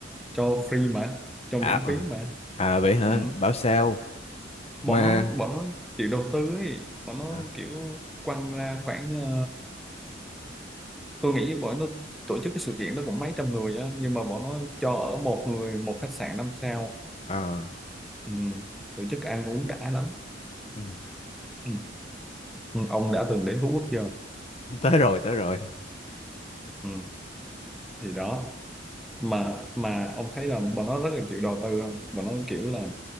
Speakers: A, in the centre; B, on the left.
A: cho free mà cho
B: à
A: miễn
B: ờ.
A: phí mà
B: à vậy hả
A: ừ.
B: bảo sao mà
A: bọn nó bọn nó chịu đầu tư ấy bọn nó
B: à,
A: kiểu quăng ra khoảng ờ, tôi nghĩ bọn nó tổ chức cái sự kiện đó cũng mấy trăm người á nhưng mà bọn nó cho ở một người một khách sạn năm sao
B: Ờ,
A: ừ. tổ chức ăn uống đã lắm
B: ừ.
A: ừ. Ừ. ông đã từng đến Phú Quốc chưa
B: tới rồi tới rồi
A: ừ. thì đó mà mà ông thấy là bọn nó rất là chịu đầu tư không bọn nó kiểu là